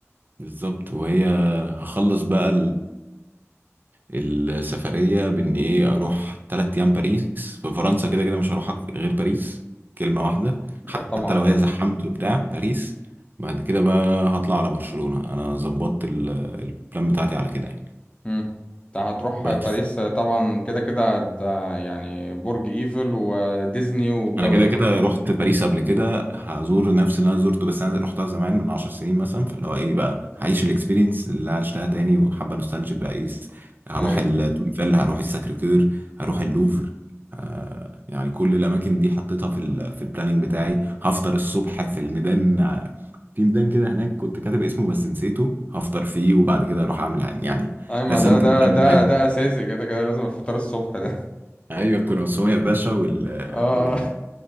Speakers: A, on the right (about 40°); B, on the left (about 20°).
A: بالظبط وهي هخلص بقى السفرية بإن إيه أروح تلات أيام باريس في فرنسا كده كده مش هروح غير باريس كلمة واحدة حتى
B: آه، طبعا
A: لو هي زحمت وبتاع باريس بعد كده بقى هطلع على برشلونة أنا ظبطت ال- البلان بتاعتي على كده يعني
B: مم. انت هتروح
A: بس
B: باريس آه، طبعا كده كده هت- آه، يعني برج ايفل وديزني والجو
A: انا كده
B: ده
A: كده
B: كله
A: رحت باريس قبل كده هزور نفس اللي انا زرته بس انا رحتها زمان من عشر سنين مثلا فاللي هو ايه بقى هعيش الاكسبيرينس اللي عشتها تاني وحابه نوستالجيك بقى ايه هروح
B: اي
A: التور ايفل هروح الساكريكير هروح اللوفر آه يعني كل الاماكن دي حطيتها في ال في البلاننج بتاعي هفطر الصبح في الميدان آه، في ميدان كده هناك كنت كاتب اسمه بس نسيته هفطر فيه وبعد كده اروح اعمل عن- يعني
B: اي ما
A: رسمت
B: ده ده
A: البلان
B: ده
A: بتاعي
B: ده اساسي كده كده لازم الفطار الصبح ده
A: ايوه الكرواسون يا باشا وال
B: اه